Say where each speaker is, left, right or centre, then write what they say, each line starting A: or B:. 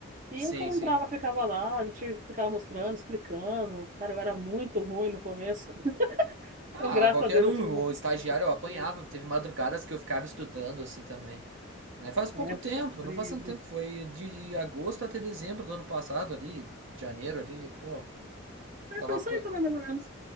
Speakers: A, on the right; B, on the right.
A: e
B: sim,
A: o cara
B: sim.
A: entrava, ficava lá, a gente ficava mostrando, explicando. Cara, eu era muito ruim no começo. <laughs>
B: Ah,
A: Então, graças
B: qualquer
A: a Deus,
B: um,
A: eu tive
B: o
A: muito.
B: estagiário eu apanhava.
A: apoio.
B: Teve madrugadas que eu ficava estudando assim também, né? Faz pouco
A: É,
B: tempo,
A: sofrido.
B: não faz tanto tempo, foi de agosto até dezembro do ano passado ali, janeiro ali, pô,
A: É,
B: tava
A: foi isso
B: apan...
A: aí também, mais ou menos.